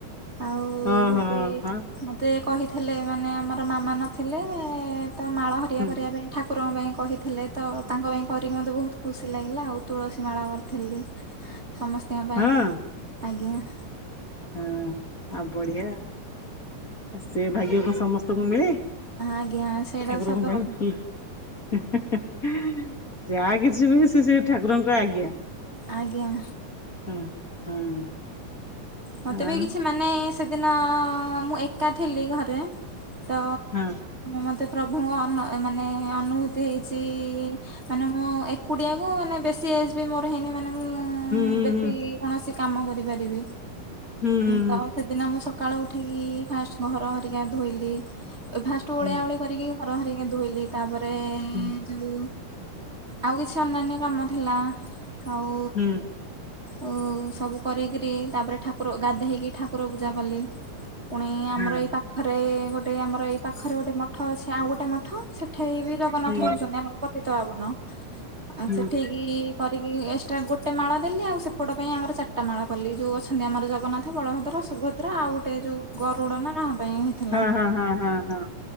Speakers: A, on the right; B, on the left.
A: ଆଉ
B: ହଁ ହଁ
A: ବି
B: ହଁ
A: ମତେ କହିଥିଲେ। ମାନେ ଆମର ମାମା ନଥିଲେ ତ ମାଳ ହେରିକ
B: ହୁଁ
A: କରିବା ପାଇଁ ଠା କୁରଙ୍କ ପାଇଁ କହିଥିଲେ ତ, ତାଙ୍କ ପାଇଁ କରିକି ମୋତେ ବହୁତ ଖୁସି ଲାଗିଲା ଆଉ। ତୁଳସୀ ମାଳ ଥିଲି ସମସ୍ତଙ୍କ ପାଇଁ
B: ହଁ
A: ଆଜ୍ଞା।
B: ହଁ ଆଉ ବଢିଆ। ସେ ଭାଗ୍ୟ କଣ ସମସ୍ତଙ୍କୁ ମିଳେ।
A: ଆଜ୍ଞା ସେଇଟା
B: ଠାକୁର
A: ସତ
B: ଙ୍କ ପାଇଁ
A: କଥା
B: ଫୁଲ ହେଁ ହେଁ ହେଁ ଯାହା କିଛି ବି ସେ ସେ ଠାକୁରଙ୍କ ଆଜ୍ଞା।
A: ଆଜ୍ଞା।
B: ହଁ ହଁ।
A: ମତେ
B: ଆଉ
A: ବି କିଛି ମାନେ ସେଦିନ ମୁଁ ଏକା ଥିଲି ଘରେ। ତ
B: ହଁ
A: ମତେ ପ୍ରଭୁଙ୍କ ଅନ ମାନେ ଅନୁଭୂତି ହେଇଛି ମାନେ ମୁଁ ଏକୁଟିଆକୁୁ ମାନେ ବେଶୀ ଏଜ୍ ବି ମୋର ହେଇନି ମାନେ ମୁଁ
B: ହୁଁ
A: ବେଶୀ
B: ହୁଁ
A: କୌଣସି କାମ କରିପାରିବି।
B: ହୁଁ
A: ତ ସେଦିନ ମୁଁ ସ ସକାଳୁ ଉଠିକି ଫାଷ୍ଟ ଘର ହେରିକା ଧୋଇଲି। ଫାଷ୍ଟ
B: ହୁଁ
A: ଓଳିଆ ଓଳି କରିକି ଘର ହେରିକି ଧୋଇଲି। ତାପରେ
B: ହୁଁ
A: ଯୋଉ ଆଉ କିଛି ଅନ୍ୟାନ୍ୟ କାମ ଥିଲା। ଆଉ
B: ହୁଁ
A: ଓ ସବୁକରି କିରି ତାପରେ ଠାକୁର ଗାଧେଇକି ଠାକୁର ପୂଜା କଲି। ପୁଣି ଆମର
B: ହୁଁ
A: ଏଇ ପାଖରେ ଗୋଟେ ଆମ ଆମର ଏଇ ପାଖରେ ଗୋଟେ ମଠ ଅଛି। ଆଉ ଗୋଟେ ମଠ ସେଠେଇ ବି ଜଗନ୍ନାଥ
B: ହୁଁ
A: ରହୁଛନ୍ତି, ଆମର ପତିତ ପାବନ। ଆଉ
B: ହୁଁ
A: ସେଠେଇକି
B: ହୁଁ ହୁଁ
A: କରିକି ଗୋଟେ ମାଳ ଦେଲି, ଆଉ ସେପଟ ପାଇଁ ଆମର ଚାରିଟା ମାଳ କଲି। ଯୋଉ ଅଛନ୍ତି ଆମର ଜଗନ୍ନାଥ, ବଳଭଦ୍ର, ସୁଭ ଦ୍ରା ଆଉ ଗୋଟେ ଯୋଉ ଗରୁଡ ନା କାହା ପାଇଁ ହେଇଥିଲା?
B: ହଁ ହଁ ହଁ ହଁ ହଁ